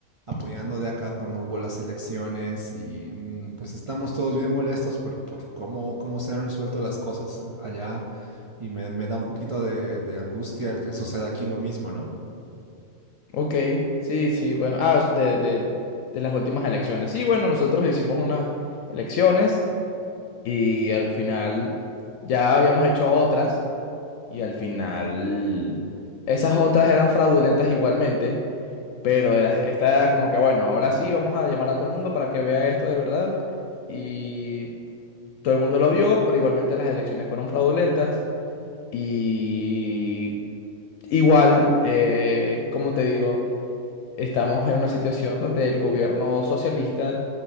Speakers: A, on the right; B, on the left.
A: apoyando de acá cuando hubo las elecciones y mm, pues estamos todos bien molestos por, por cómo, cómo se han resuelto las cosas allá y me, me da un poquito de, de angustia el que suceda aquí lo mismo, ¿no?
B: Ok, sí, sí, bueno, ah, de, de, de las últimas elecciones. Sí, bueno, nosotros hicimos unas elecciones y al final ya habíamos hecho otras y al final esas otras eran fraudulentas igualmente Pero era- está como que, bueno, ahora sí vamos a llamar a todo el mundo para que vea esto de verdad. Y todo el mundo lo vio, pero igualmente las elecciones fueron fraudulentas. Y igual, eh, como te digo, estamos en una situación donde el gobierno socialista,